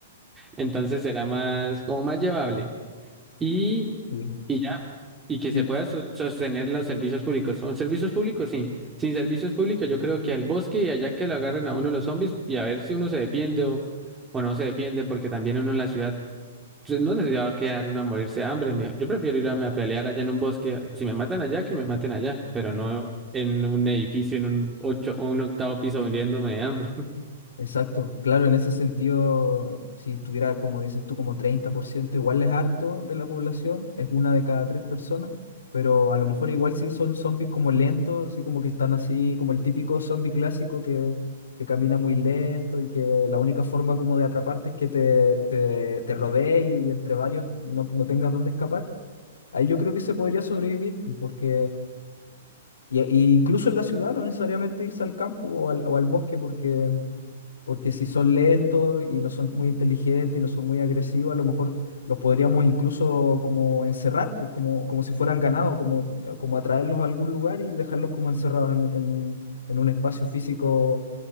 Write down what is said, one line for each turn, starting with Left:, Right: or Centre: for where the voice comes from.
Right: entonces será más como más llevable y,
Left: Sí,
Right: y ya, y que
Left: sí,
Right: se pueda so- sostener los servicios públicos. ¿Son servicios públicos? Sí. Sin servicios públicos, yo creo que al bosque y allá que lo agarren a uno los zombies y a ver si uno se defiende o, o no se defiende, porque también uno en la ciudad pues, no se va a quedar uno a morirse de hambre. Me- yo prefiero irme a pelear allá en un bosque. Si me matan allá, que me maten allá, pero no en un edificio, en un ocho o un octavo piso hundiéndome de hambre.
Left: exacto. Claro, en ese sentido, si estuviera, como dices tú, como 30% igual es harto de la población, es una de cada tres personas, pero a lo mejor igual si son zombies como lentos, así como que están así, como el típico zombie clásico que, que camina muy lento y que la única forma como de atraparte es que te, te, te rodee y, entre varios no, no tengas dónde escapar Ahí yo creo que se podría sobrevivir, porque y, y incluso en la ciudad no necesariamente irse al campo o al, o al bosque, porque, porque si son lentos y no son muy inteligentes y no son muy agresivos, a lo mejor los podríamos incluso como encerrar, pues, como, como si fueran ganado, como, como atraerlos a algún lugar y dejarlos como encerrados en, un- en un en un espacio físico